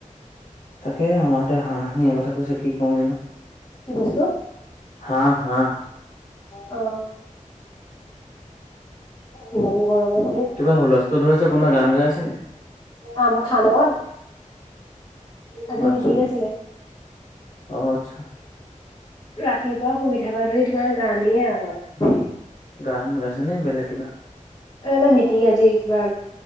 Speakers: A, on the left; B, on the left.
A: তাকে মামাহঁতে হাঁহ নিয়াৰ কথা কৈছে কি কওঁ জানো।
B: কি বস্তু?
A: হাঁহ-হাঁহ।
B: অ'। ইমান গৰমত ধেত
A: কিবা হুলস্থুল হৈ আছে, কোনবা গান গাই আছে নি?
B: আমাৰ থানত আজি
A: আচ্ছা,
B: মিটিং আছিলে
A: অ' আচ্ছা।
B: ৰাতিপুৱা শুই উঠাৰ ধৰি তোমাৰ গানেই আও।
A: গান গাইছে নে বেলেগ কিবা?
B: এ এনে মিটিং আজি কিবা,